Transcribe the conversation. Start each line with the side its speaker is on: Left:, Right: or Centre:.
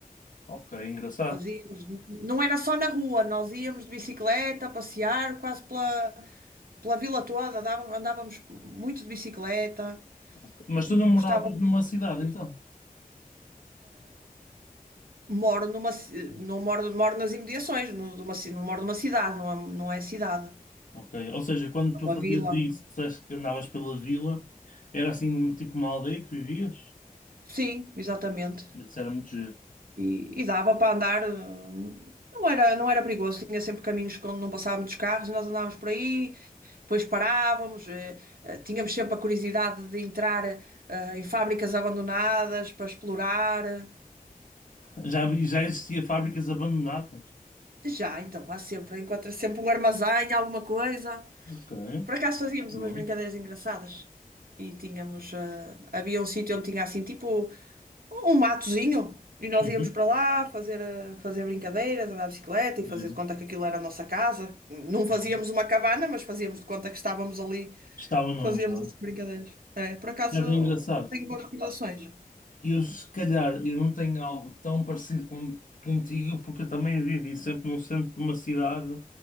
Left: Ok, engraçado.
Right: Nós íamos, não era só na rua, nós íamos de bicicleta, passear quase pela, pela vila toda, dava- andávamos muito de bicicleta.
Left: Ok. Mas
Right: Hum,
Left: tu não moravas
Right: Gostava muito
Left: numa cidade,
Right: de
Left: então?
Right: ir. Moro numa, ci- não moro, moro nas imediações, no- de uma ci- não moro numa cidade, não é, não é cidade,
Left: Ok. Ou seja, quando
Right: é
Left: tu
Right: uma
Left: fazias
Right: vila.
Left: isso, disseste que andavas pela vila, era assim tipo uma aldeia que vivias?
Right: Sim, exatamente.
Left: Isso era muito giro.
Right: E, e dava para andar, hum, não era, não era perigoso, tinha sempre caminhos onde não passavam muitos carros, nós andávamos por aí, depois parávamos, eh, eh, tínhamos sempre a curiosidade de entrar eh, em fábricas abandonadas para explorar.
Left: Já, vi- já existia fábricas abandonadas.
Right: Já, então, há sempre, encontra sempre um armazém, alguma coisa.
Left: Ok,
Right: Por acaso fazíamos
Left: boa.
Right: umas brincadeiras engraçadas e tínhamos, ah, havia um sítio onde tinha assim tipo um matozinho e nós
Left: Uhum.
Right: íamos para lá fazer, ah, fazer brincadeiras, andar de bicicleta e
Left: Giro.
Right: fazer de conta que aquilo era a nossa casa. Não fazíamos
Left: Uhum.
Right: uma cabana, mas fazíamos de conta que estávamos ali,
Left: Está o nome,
Right: fazíamos
Left: não
Right: essas
Left: é?
Right: brincadeiras. É, por acaso
Left: Mas é engraçado.
Right: tenho boas recordações.
Left: Eu, se calhar, eu não tenho algo tão parecido com, contigo, porque eu também vivi sempre no centro de uma cidade